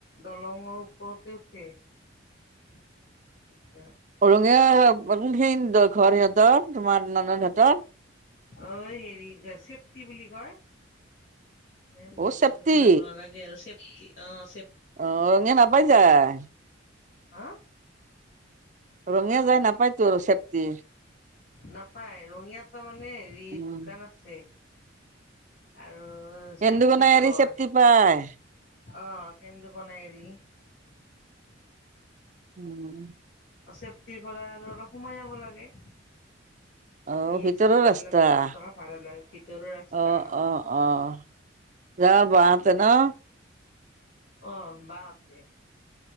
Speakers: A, on the left; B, on the right.
A: দলঙৰ ওপৰতে উঠে। <unintelligible>
B: ৰঙিয়া সেই কোনখিনিত ঘৰ সিহঁতৰ তোমাৰ নন্দ হতৰ?
A: অঁ' এই হেৰি চিফটি বুলি কয়। মেইন
B: অ
A: ৰঙিয়া
B: চেফটি
A: লৈকে যাব নালাগে আৰু চেফটি অঁ' চে
B: অঁ' ৰঙিয়া নাপাই যায়।
A: হা?
B: ৰঙিয়া
A: অ'
B: যায় নাপায় তো চেফটি।
A: নাপায়, ৰঙিয়াত তাৰ মানে হেৰি
B: উম
A: দোকান আছে। আৰু
B: কেন্দুকোনা
A: চেফটিত
B: এৰি
A: ঘৰ।
B: চেফটি পায়
A: অ কেন্দু পনাই এৰি,
B: উম
A: চেফটিৰ পৰা আৰু অলপ সোমাই যাব লাগে।
B: অ',
A: ই
B: ভিতৰৰ
A: ৰিক্সাত যাব
B: ৰাস্তা
A: লাগে দহ
B: অ',
A: টকা ভাড়া লয় ভিতৰৰ ৰাস্তা
B: অ', অ', যা বা পেনৰ
A: অ', বা হতে।